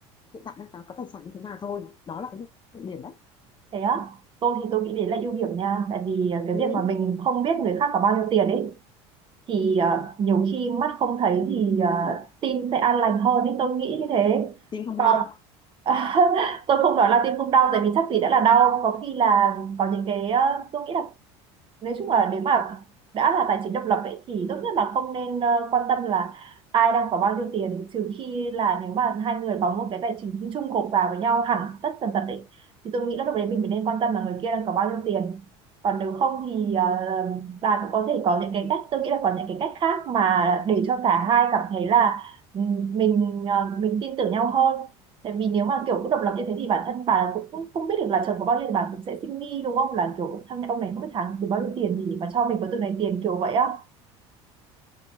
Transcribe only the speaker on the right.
Thế á, tôi thì tôi nghĩ đấy là ưu điểm nha. Tại vì à, cái
việc mà mình không biết người khác có bao nhiêu tiền ấy, thì à, nhiều khi mắt không thấy thì à,
tim sẽ an lành hơn ấy, tôi nghĩ như thế.
Còn
<laughs> tôi không nói là tim không đau, tại vì chắc gì đã là đau. Có khi là có những cái, à, tôi nghĩ là nói chung là nếu mà đã là tài chính độc lập ấy, thì tốt nhất là không nên ờ, quan tâm là ai đang có bao nhiêu tiền trừ khi là nếu mà hai người có một cái tài chính chung gộp vào với nhau hẳn tất tần tật ấy thì tôi nghĩ là lúc đấy mình mới nên quan tâm là người kia đang có bao nhiêu tiền còn nếu không thì ờ, bà cũng có thể có những
cái cách tôi nghĩ là có những cái cách khác mà để cho cả hai cảm thấy là ừ, mình ờ, mình tin tưởng nhau hơn tại vì nếu mà kiểu cứ độc lập như thế thì bản thân bà cũng không biết được là chồng có bao nhiêu thì bà cũng sẽ suy nghĩ đúng không là kiểu thằng ông này không biết tháng thì bao nhiêu tiền thì mà cho mình có từng này tiền kiểu vậy á